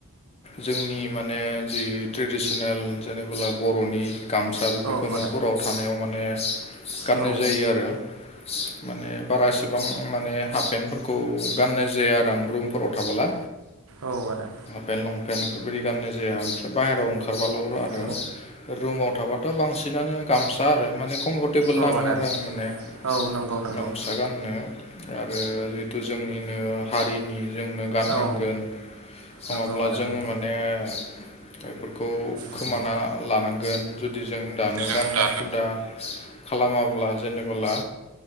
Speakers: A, on the left; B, on the right.
A: जोंनि माने जि ट्रेडिसनेल जेनेबोला बर'नि। गामसा
B: औ
A: बेफोरखौ
B: आदा
A: न'फोराव थानायाव माने गाननाय
B: औ
A: जायो आरो। माने बारा एसेबां माने हाफ पेन्टफोरखौ गाननाय जाया आरो आं रुम‌। फोराव थाबोला।
B: औ आदा
A: बे लंपेन्ट बेफोरबायदि गाननाय जाया ओमफ्राय बाहेरायाव ओंखारबाल' आरो
B: औ
A: रुमाव थाबाथ' बांसिनानो गामसा आरो माने कमफर्टटेबोल
B: औ
A: नाङो
B: आदा
A: आरो आं माने
B: औ नंगौ। नंगौ
A: गामसा गाननो आरो जितु जोंनिनो हारिनि जोंनो गाननांगोन
B: औ
A: नङाब्ला
B: नंगौ आदा
A: जोङो
B: नंगौ
A: माने बेफोरखौ
B: नंगौ
A: खोमाना लानांगोन जु जुदि जों दानो
B: जों
A: गाननाय
B: दानो
A: हुदा खालामाब्ला जेनेबोला